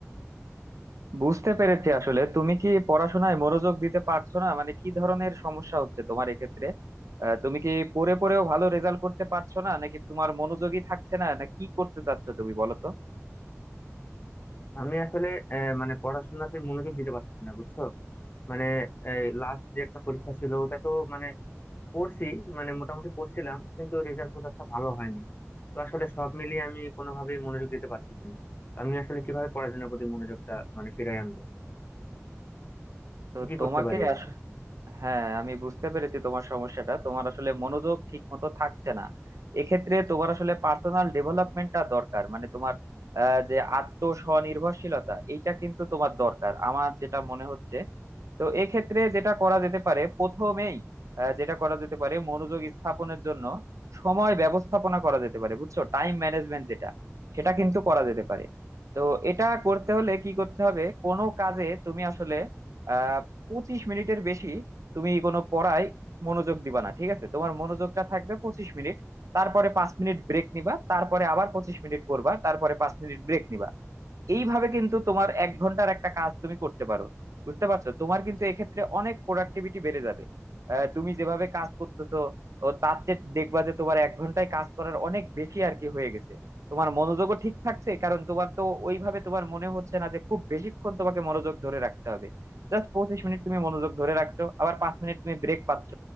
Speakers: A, on the right (about 80°); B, on the left (about 40°).
A: বুঝতে পেরেছি আসলে তুমি কি পড়াশোনায় মনোযোগ দিতে পারছো না মানে কি ধরনের সমস্যা হচ্ছে তোমার এক্ষেত্রে আহ, তুমি কি পড়ে পড়েও ভালো রেজাল্ট করতে পারছো না নাকি তোমার মনোযোগই থাকছে না না কি করতে চাচ্ছ তুমি বলো তো
B: আমি আসলে আহ, মানে পড়াশোনাতে মনোযোগ দিতে পারতেছি না বুঝছো মানে লাস্ট যে একটা পরীক্ষা ছিল ওটা তো মানে পড়ছি মানে মোটামুটি পড়ছিলাম কিন্তু রেজাল্ট খুব একটা ভালো হয়নি তো আসলে সব মিলিয়ে আমি কোনোভাবেই মনোযোগ দিতে পারতেছি না তো আমি আসলে কিভাবে পড়াশোনার প্রতি মনোযোগটা মানে ফিরাই আনবো
A: তো
B: কি কি
A: তোমাকে
B: করতে পারি আমি
A: আস- হ্যাঁ আমি বুঝতে পেরেছি তোমার সমস্যাটা তোমার আসলে মনোযোগ ঠিক মতো থাকছে না এক্ষেত্রে তোমার আসলে পার্সোনাল ডেভেলপমেন্টটা দরকার মানে তোমার আহ, যে আত্ম স্বনির্ভরশীলতা এইটা কিন্তু তোমার দরকার আমার যেটা মনে হচ্ছে তো এক্ষেত্রে যেটা করা যেতে পারে প্রথমেই আহ, যেটা করা যেতে পারে মনোযোগ স্থাপনের জন্য সময় ব্যবস্থাপনা করা যেতে পারে বুঝছো টাইম ম্যানেজমেন্ট যেটা সেটা কিন্তু করা যেতে পারে তো এটা করতে হলে কি করতে হবে কোনো কাজে তুমি আসলে আহ পঁচিশ মিনিটের বেশি তুমি কোনো পড়ায় মনোযোগ দিবা না ঠিক আছে তোমার মনোযোগটা থাকবে পঁচিশ মিনিট তারপরে পাঁচ মিনিট ব্রেক নিবা তারপরে আবার পঁচিশ মিনিট পড়বা তারপরে পাঁচ মিনিট ব্রেক নিবা এইভাবে কিন্তু তোমার এক ঘন্টার একটা কাজ তুমি করতে পারো বুঝতে পারছো তোমার কিন্তু এক্ষেত্রে অনেক প্রোডাক্টিভিটি বেড়ে যাবে আহ, তুমি যেভাবে কাজ করতেছো ও তার চেয়ে দেখবা যে তোমার এক ঘন্টায় কাজ করার অনেক বেশি আর কি হয়ে গেছে তোমার মনোযোগও ঠিক থাকছে কারণ তোমার তো ওইভাবে তোমার মনে হচ্ছে না যে খুব বেশিক্ষণ তোমাকে মনোযোগ ধরে রাখতে হবে জাস্ট পঁচিশ মিনিট তুমি মনোযোগ ধরে রাখছো আবার পাঁচ মিনিট তুমি ব্রেক পাচ্ছ